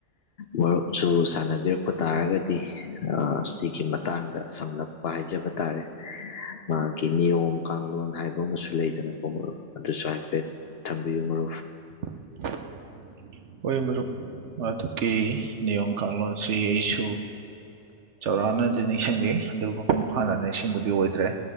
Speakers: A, on the left; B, on the right.
A: ꯃꯔꯨꯞꯁꯨ ꯁꯥꯟꯅꯕꯤꯔꯛꯄ ꯇꯥꯔꯒꯗꯤ ꯁꯤꯒꯤ ꯃꯇꯥꯡꯗ ꯂꯛꯄ ꯍꯥꯏꯖꯕ ꯇꯥꯔꯦ ꯃꯥꯒꯤ ꯅꯤꯌꯣꯝ ꯀꯥꯡꯂꯣꯟ ꯍꯥꯏꯕ ꯑꯃꯁꯨ ꯂꯩꯗꯅꯀꯣ ꯃꯔꯨꯞ ꯑꯗꯨꯁꯨ ꯍꯥꯏꯐꯦꯠ ꯊꯝꯕꯤꯌꯨ ꯃꯔꯨꯞ
B: <unintelligible> <inaudible> ꯑꯣꯏ ꯃꯔꯨꯞ ꯑꯗꯨꯒꯤ ꯅꯤꯌꯣꯝ ꯀꯥꯡꯂꯣꯟꯁꯤ ꯑꯩꯁꯨ ꯆꯥꯎꯔꯥꯛꯅ ꯑꯗꯨ ꯅꯤꯡ ꯁꯤꯡꯂꯤ ꯑꯗꯨ ꯃꯄꯨꯡ ꯐꯥꯅꯗꯅ ꯏꯁꯤꯡꯕꯨꯗꯤ ꯑꯣꯏꯗ꯭ꯔꯦ